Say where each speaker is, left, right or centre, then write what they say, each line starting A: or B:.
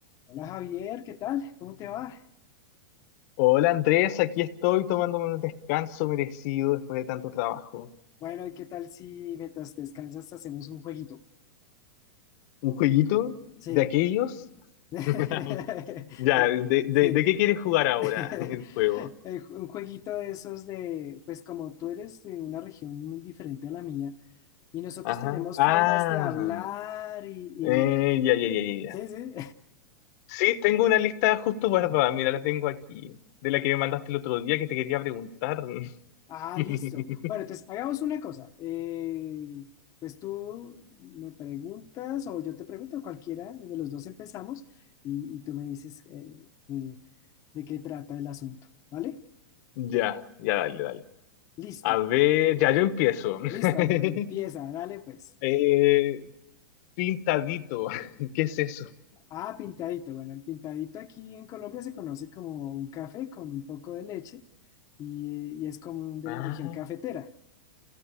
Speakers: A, on the left; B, on the left.
A: Hola Javier, ¿qué tal? ¿Cómo te va?
B: Hola Andrés, aquí estoy tomándome un descanso merecido después de tanto trabajo.
A: Bueno, ¿y qué tal si mientras descansas hacemos un jueguito?
B: ¿Un jueguito
A: Sí.
B: de aquellos?
A: <laughs>
B: <laughs> Ya, ¿de, de-
A: Sí.
B: de qué quieres jugar ahora
A: <laughs>
B: el juego?
A: Eh, ju- Un jueguito de esos de, pues como tú eres de una región muy diferente a la mía y nosotros
B: Ajá.
A: tenemos
B: Ah,
A: formas de hablar y, y-
B: eh, ya, ya, ya, ya. ya.
A: Sí, sí.
B: Sí, tengo una lista justo guardada,
A: <laughs>
B: mira, la tengo aquí, de la que me mandaste el otro día que te quería preguntar.
A: Ah,
B: <laughs>
A: listo. Bueno, entonces hagamos una cosa. Eh, pues tú me preguntas o yo te pregunto, cualquiera de los dos empezamos y, y tú me dices eh, de, de qué trata el asunto, ¿vale?
B: Ya, ya, dale, dale.
A: Listo,
B: A ver, ya yo empiezo.
A: listo, empieza,
B: <laughs>
A: dale pues.
B: Eh, pintadito, <laughs> ¿qué es eso?
A: Ah, pintadito. Bueno, el pintadito aquí en Colombia se conoce como un café con un poco de leche y, eh, y es común de
B: Ah,
A: la región cafetera.